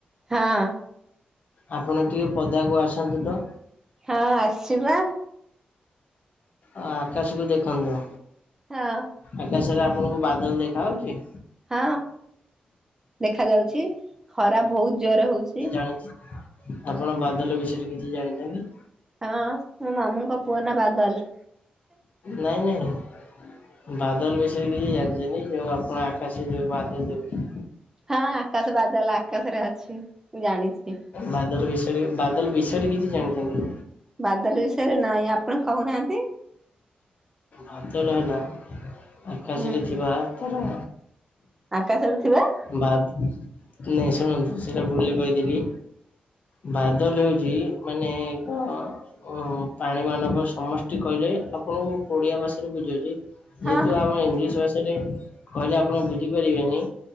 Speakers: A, on the right; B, on the left.
A: ହଁ।
B: ଆପଣ ଟିକେ ପଦାକୁ ଆସନ୍ତୁ ତ।
A: ହଁ ଆସିବା।
B: ଅ ଆକାଶକୁ ଦେଖନ୍ତୁ।
A: ହଁ।
B: ଆକାଶରେ ଆପଣଙ୍କୁ ବାଦଲ ଦେଖା ହୋଉଛି?
A: ହଁ ଦେଖା ଯାଉଛି ଖରା ବହୁତ ଜୋରେ ହୋଉଚି।
B: ହେଇଚି। ଆପଣ ବାଦଲ ବିଷୟରେ କିଛି ଜାଣିଚନ୍ତି?
A: ହଁ ମୋ ମାମୁଁଙ୍କ ପୁଅ ନା ବାଦଲ।
B: ନାଇଁ ନାଇଁ। ବାଦଲ ବିଷୟରେ କିଛି ଜାଣିଛନ୍ତି ଯୋଉ ଆପଣ ଆକାଶରେ ଯୋଉ ବାଦଲ ଦେଖୁଛନ୍ତି।
A: ହଁ ଆକାଶ ବାଦଲ ଆକାଶରେ ଅଛି ମୁଁ ଜାଣିଛି।
B: ବାଦଲ ବିଷୟରେ ବାଦଲ ବିଷୟରେ କିଛି ଜାଣିଚନ୍ତି।
A: ବାଦଲ ବିଷୟରେ ନାହିଁ ଆପଣ କହୁନାହାନ୍ତି।
B: ବାଦଲ ହେଲା ଆକାଶରେ
A: ହୁଁ
B: ଥିବା ତାରା
A: ଆକାଶରେ ଥିବା
B: ବାଦ ନାଇଁ ଶୁଣନ୍ତୁ ସେଇଟା ଭୁଲରେ କହିଦେଲି। ବାଦଲ ହଉଛି ମାନେ ଏକ ଓ ପାଣି ମାନଙ୍କ ସମଷ୍ଟି କହିଲେ ଆପଣଙ୍କୁ ଓଡ଼ିଆ ଭାଷାରେ ବୁଝଉଚି ଯେହେତୁ
A: ହଁ ହଁ
B: ଆମର ଇଂଲିଶ ଭାଷାରେ କହିଲେ ଆପଣ ବୁଝିପାରିବେନି।